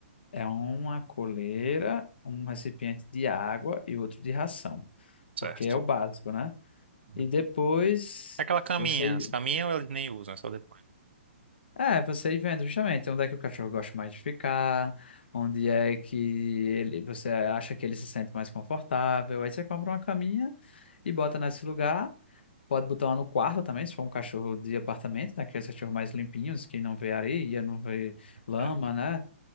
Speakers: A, on the left; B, on the right.
A: é uma coleira, um recipiente de água e outro de ração,
B: Certo.
A: porque é o básico, né?
B: Uhum.
A: E depois
B: Aquela caminha,
A: você ir-
B: as caminhas eles nem usam, é só depois.
A: é, você ir vendo justamente onde é que o cachorro gosta mais de ficar, onde é que ele você acha que ele se sente mais confortável. Aí você compra uma caminha e bota nesse lugar. Pode botar uma no quarto também, se for um cachorro de apartamento, né? Aqueles cachorros mais limpinhos, que não vê areia, não vê lama,
B: né?
A: né?